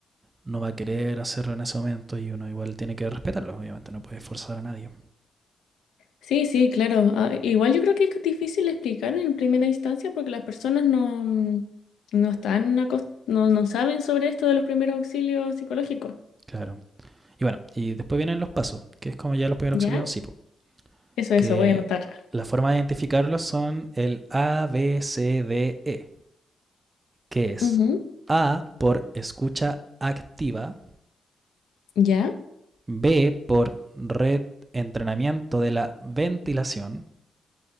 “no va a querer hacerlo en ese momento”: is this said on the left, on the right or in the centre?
Right